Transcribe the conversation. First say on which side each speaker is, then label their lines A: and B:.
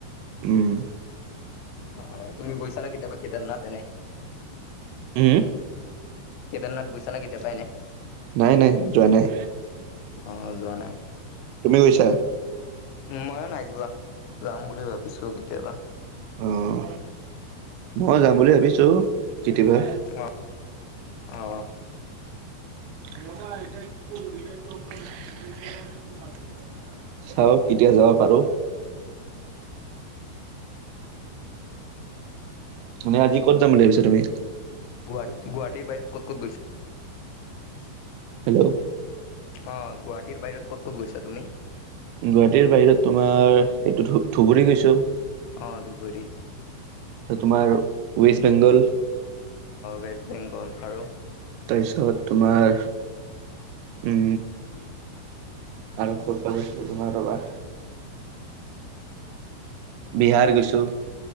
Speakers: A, on the right; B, on the left.
A: উম।
B: অ', তুমি গৈছাঁ নে কতিয়াবা কেদাৰনাথ এনে।
A: উম।
B: কেদাৰনাথ গৈছা নে, কেতিয়াবা এনে?
A: নাই, নাই, যোৱা নাই।
B: অ', যোৱা নাই।
A: তুমি গৈছা?
B: ময়ো নাই যোৱা, যাম বুলি ভাবিছোঁ কেতিয়াবা।
A: উম, মই যাম বুলি ভাবিছোঁ কেতিয়াবা।
B: অ অ
A: ম কি কৰ <unintelligible> চাও কেতিয়া যাব পাৰো। মানে আজি ক'ত যাম বুলি ভাবিছা তুমি?
B: গুৱাহাটীৰ বাহিৰত ক'ত ক'ত গৈছা?
A: হেল্ল'।
B: অ', গুৱাহাটীৰ বাহিৰত ক'ত ক'ত গৈছা তুমি?
A: গুৱাহাটীৰ বাহিৰত তোমাৰ এইটো ধ ধুবুৰী গৈছোঁ।
B: অ', ধুবুৰী।
A: তোমাৰ ৱেষ্ট বেংগল।
B: ৱেষ্ট বেংগল আৰু।
A: তাৰপিছত তোমাৰ উ আৰু ক'ত বা গৈছিলো তোমাৰ ৰ'বা। বিহাৰ গৈছোঁ।